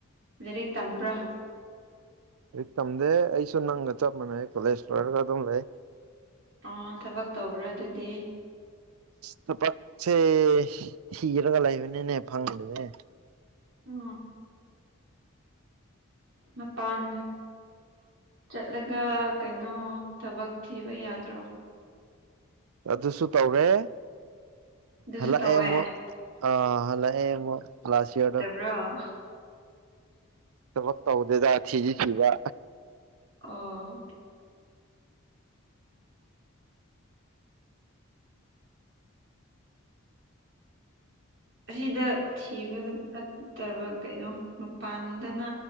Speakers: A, on the right (about 60°); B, on the right (about 80°).
A: ꯂꯔꯤꯛ ꯇꯝꯕ꯭ꯔꯥ
B: ꯍꯧ ꯇꯝꯗꯦ ꯑꯩꯁꯨ ꯅꯪꯒ ꯆꯞ ꯃꯥꯟꯅꯩ ꯀꯣꯂꯦꯖ ꯐꯔꯒ ꯑꯗꯨꯝ ꯂꯩ
A: ꯑꯣ ꯊꯕꯛ ꯇꯧꯕ꯭ꯔꯥ ꯑꯗꯨꯗꯤ
B: ꯇ ꯄꯥꯛꯁꯦ ꯍꯤꯒꯔꯒ ꯂꯩꯕꯅꯤꯅꯦ ꯐꯪꯗꯦꯅꯦ
A: ꯎ ꯃꯄꯥꯟ ꯆꯠꯂꯒ ꯀꯩꯅꯣ ꯊꯕꯛ ꯊꯤꯕ ꯌꯥꯗ꯭ꯔꯣ
B: ꯑꯗꯨꯁꯨ ꯇꯧꯔꯦ
A: ꯑꯗꯨꯁꯨ
B: ꯍꯂ
A: ꯇꯧꯋꯦ
B: ꯑꯦꯃ ꯑ ꯍꯂ ꯑꯦꯃ ꯐ꯭ꯂꯁꯤꯣ
A: ꯑꯣ
B: ꯊꯕꯛ ꯇꯧꯗꯦꯗ ꯁꯤꯤꯁꯤ ꯁꯤꯕ
A: ꯑ ꯑꯁꯤꯗ ꯊꯤꯕ ꯅꯠꯇꯕ ꯀꯩꯅꯣ ꯃꯄꯥꯟꯗꯅ